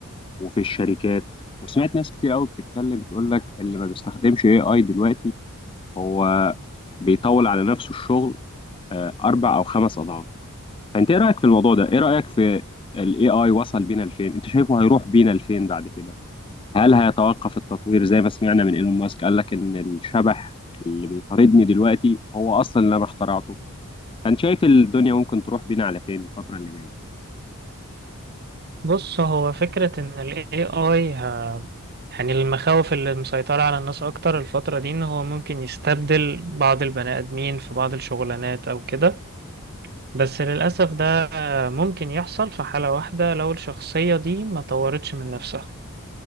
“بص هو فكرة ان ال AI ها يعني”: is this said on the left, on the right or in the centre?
Right